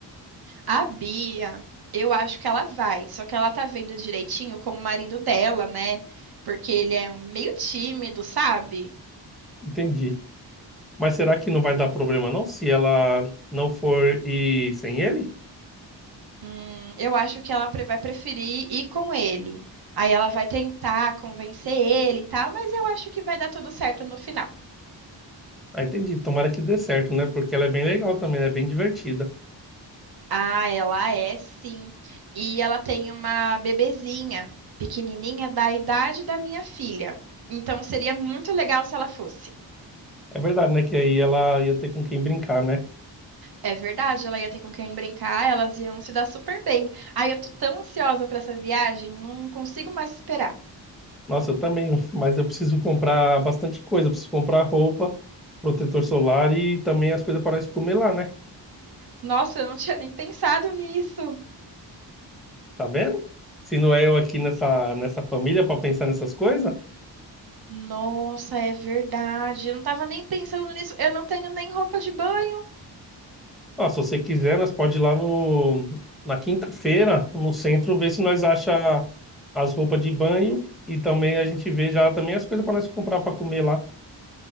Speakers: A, on the right; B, in the centre.
A: A Bia, eu acho que ela vai, só que ela tá vendo direitinho com o marido dela, né? Porque ele é um meio tímido, sabe?
B: Entendi. Mas será que não vai dar problema não se ela não for ir sem ele?
A: Hum, eu acho que ela pre- vai preferir ir com ele. Aí ela vai tentar convencer ele e tal, mas eu acho que vai dar tudo certo no final.
B: Ah, entendi. Tomara que dê certo, né? Porque ela é bem legal também, ela é bem divertida.
A: Ah, ela é sim. E ela tem uma bebezinha, pequenininha, da idade da minha filha. Então seria muito legal se ela fosse.
B: É verdade, né? Que aí ela ia ter com quem brincar, né?
A: É verdade, ela ia ter com quem brincar, elas iam se dar super bem. Ai, eu tô tão ansiosa pra essa viagem, não consigo mais esperar.
B: Nossa, eu também, <laughs> mas eu preciso comprar bastante coisa. Eu preciso comprar roupa, protetor solar e também as coisas para nós comer lá, né?
A: Nossa, eu não tinha nem pensado nisso.
B: Tá vendo? Se não é eu aqui nessa, nessa família para pensar nessas coisas,
A: Nossa, é verdade. Eu não tava nem pensando nisso. Eu não tenho nem roupa de banho.
B: ó, se você quiser, nós pode ir lá no, na quinta-feira, no centro, ver se nós acha as roupas de banho e também a gente vê já também as coisas para nós comprar para comer lá.